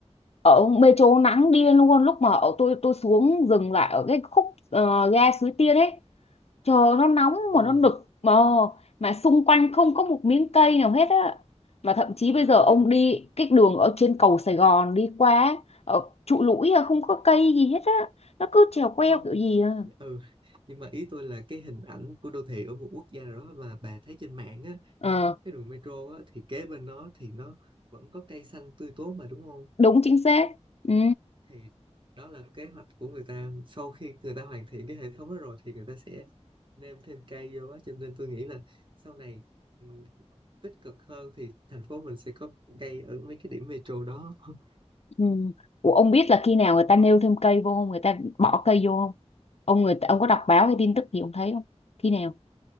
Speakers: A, on the left; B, on the right.
A: ở metro nắng điên luôn lúc mà ở tôi tôi xuống dừng lại ở cái khúc ờ, ga Suối Tiên ấy trời ơi, nó nóng
B: Ừ.
A: mà nó nực mà mà xung quanh không có một miếng cây nào hết á mà thậm chí bây
B: À,
A: giờ ông
B: như
A: đi cái đường ở trên cầu Sài Gòn đi qua ở trụ lũi à, không có cây gì hết á nó cứ trèo queo
B: không
A: kiểu gì à
B: ừ nhưng mà ý tôi là cái hình ảnh của đô thị ở một quốc gia nào đó mà bà thấy trên mạng á
A: Ờ,
B: nó có cái đường metro á thì kế bên nó thì nó vẫn có cây xanh tươi tốt mà đúng không
A: đúng chính xác ừ,
B: thì đó là kế hoạch của người ta sau khi người ta hoàn thiện cái hệ thống đó rồi thì người ta sẽ nêm thêm cây vô á cho nên tôi nghĩ là sau này ừ, tích cực hơn thì thành phố mình sẽ có cây ở mấy cái điểm metro đó <laughs>
A: ừ. Ủa, ông biết là khi nào người ta nêu thêm cây vô không người ta bỏ cây vô không ông người ta, ông có đọc báo hay tin tức gì ông thấy không khi nào